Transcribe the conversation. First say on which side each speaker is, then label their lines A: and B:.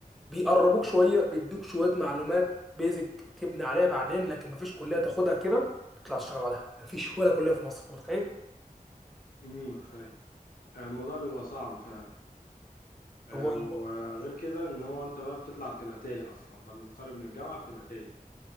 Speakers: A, in the centre; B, on the left (about 70°).
A: بيقربوك شويه بيدوك شويه معلومات بيزك تبني عليها بعدين لكن مفيش كليه تاخدها كده تطلع تشتغل بعدها مفيش ولا كليه في مصر انت متخيل
B: امم متخيل الموضوع بيبقى صعب فعلا آه،
A: هو
B: وغير
A: الب-
B: كده ان هو انت بقى بتطلع بتبقى تايه اصلا بعد ما تتخرج من الجامعه بتبقى تايه